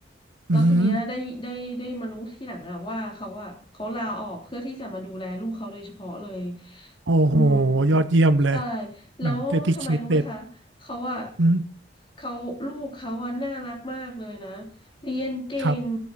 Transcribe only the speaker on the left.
แล้วทีเนี้ยได้ได้ได้มารู้ทีหลังอะว่าเขาอะเขาลาออกเพื่อที่จะมาดูแลลูกเขาโดยเฉพาะเลย
อืม
ใช่แล้วทำไมรู้ไหมคะเขาอะ
เขาลูกเขาอะน่ารักมากเลยนะเรียนเก่ง